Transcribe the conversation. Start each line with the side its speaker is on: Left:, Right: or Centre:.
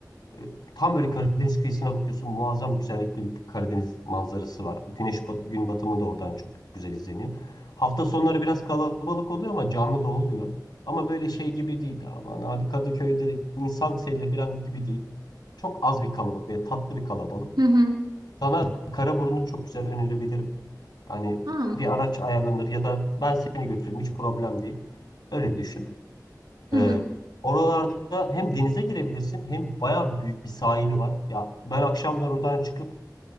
Left: E, Tam böyle Karadeniz kıyısına bakıyorsun. Muazzam güzellikte bir Karadeniz manzarası var. Güneş bat, gün batımı da oradan çok güzel izleniyor. Hafta sonları biraz kalabalık oluyor ama canlı da oluyor. Ama böyle şey gibi değil. Aman abi Kadıköy'de de insan seli falan gibi değil. Çok az bir kalabalık ve tatlı bir kalabalık.
Right: Hı hı.
Left: Sana Karaburun'u çok güzel önerebilirim. Hani
Right: Aa.
Left: bir araç ayarlanır ya da ben seni götürürüm hiç problem değil. Öyle düşün.
Right: Hı
Left: Ee,
Right: hı.
Left: oralarda hem denize girebilirsin hem bayağı bir büyük bir sahili var. Ya ben akşamlar oradan çıkıp